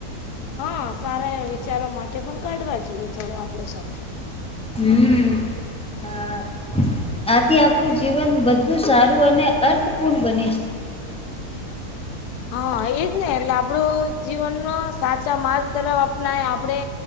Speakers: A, on the left; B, in the centre.
A: હા, સારા વિચારો માટે પણ કાઢવા જોઈએ, થોડો આપડો સમય.
B: હમ, હા. આથી આપણું જીવન બધું સારું અને અર્થપૂર્ણ બને છે.
A: હા, એજ ને, એટલે આપડો જીવનનો સાચા માર્ગ તરફ અપનાવી એ આપડે.